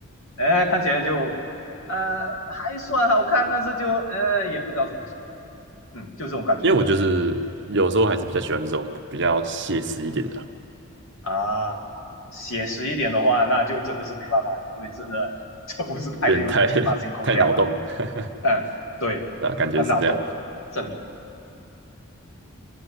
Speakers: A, on the left (about 65°); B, on the right (about 55°).
A: 呃，看起来就，呃，还算好看，但是就，呃，也不知道怎么说，嗯，就这种感觉
B: 因为我就是有时候还是比较喜欢这种比较写实一点的啊，
A: 啊。写实一点的话，那就真的是没办法了，因为真的这不是拍的有点天马行空这样啦。
B: 有点太 <laughs> 太脑洞了，<laughs>
A: 嗯，对，
B: 对啊，感觉是这样。
A: 很脑洞，真的。